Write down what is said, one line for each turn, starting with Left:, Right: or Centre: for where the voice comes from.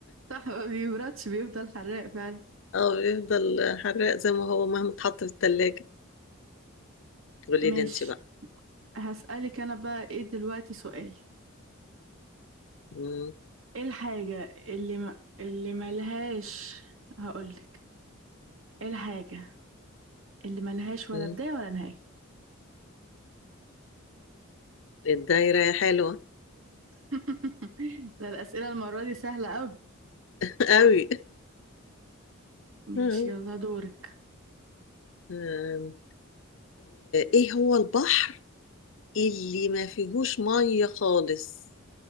Right: صح ما بيبردش بيفضل حراق فعلا
Left: اه بيفضل حراق زي ما هو مهما اتحط في التلاجة قولي
Right: ماشي
Left: لي انت بقى
Right: هسألك أنا بقى إيه دلوقتي سؤال
Left: مم.
Right: إيه الحاجة اللي ما... اللي ملهاش هقولك إيه الحاجة اللي ملهاش ولا
Left: مم.
Right: بداية ولا نهاية
Left: الدايرة يا حلوة
Right: <laughs> ده الأسئلة المرة دي سهلة أوي
Left: <laughs> قوي
Right: ماشي
Left: آم،
Right: يلا دورك
Left: آه، ايه هو البحر اللي ما فيهوش ميه خالص